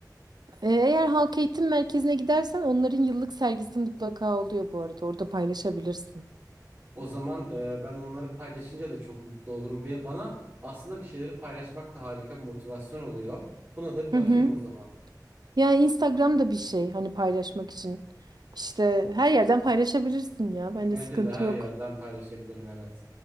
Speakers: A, on the right; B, on the right.
A: Ee, Eğer Halk Eğitim Merkezi'ne gidersen onların yıllık sergisi mutlaka oluyor bu arada. Orada paylaşabilirsin.
B: O zaman e, ben onları paylaşınca da çok mutlu olurum. Be- Bana aslında bir şeyleri paylaşmak da harika bir motivasyon oluyor. Buna da bir
A: Hı
B: bakayım
A: hı.
B: o zaman.
A: Ya Instagram da bir şey hani paylaşmak için. İşte her yerden paylaşabilirsin ya. Bence
B: Bence
A: sıkıntı
B: de her
A: yok.
B: yerden paylaşabilirim evet.